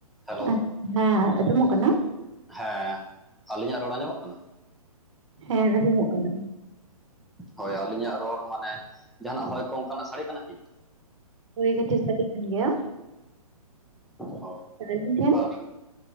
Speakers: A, in the centre; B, on the right.
A: Hello?
B: ᱟᱪᱪᱷᱟ ᱦᱮᱸ ᱟᱸᱡᱚᱢᱚᱜ ᱠᱟᱱᱟ?
A: ᱦᱮᱸ ᱟᱞᱤᱧᱟᱜ ᱨᱚᱲ ᱟᱸᱡᱚᱢᱚᱜ ᱠᱟᱱᱟ?
B: ᱦᱮᱸ ᱟᱸᱡᱚᱢᱚᱜ ᱠᱟᱱᱟ ᱾
A: ᱦᱳᱭ ᱟᱹᱞᱤᱧᱟᱜ ᱨᱚᱲ ᱢᱟᱱᱮ ᱡᱟᱦᱟᱱᱟᱜ ᱦᱚᱭ ᱠᱚ ᱚᱝᱠᱟᱱᱟᱜ ᱥᱟᱹᱲᱮ ᱠᱟᱱᱟ ᱠᱤ?
B: ᱦᱳᱭ ᱠᱟᱹᱴᱤᱡ ᱥᱟᱰᱮ ᱠᱟᱱ ᱜᱮᱭᱟ
A: ᱦᱳᱭ
B: ᱟᱹᱞᱤᱧ ᱴᱷᱮᱱ?
A: ᱟᱨ